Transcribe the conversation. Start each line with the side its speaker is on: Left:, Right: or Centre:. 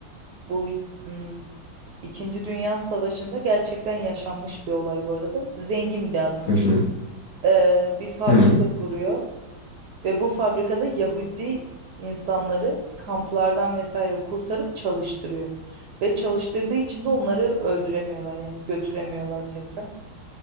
Right: bu hmm, İkinci Dünya Savaşı'nda gerçekten yaşanmış bir olay bu arada. Zengin bir adam.
Left: Hı hı.
Right: E, bir fabrika
Left: Hı.
Right: kuruyor. Ve bu fabrikada Yahudi insanları kamplardan vesaire kurtarıp çalıştırıyor. Ve çalıştırdığı için de onları öldüremiyorlar yani götüremiyorlar tekrar.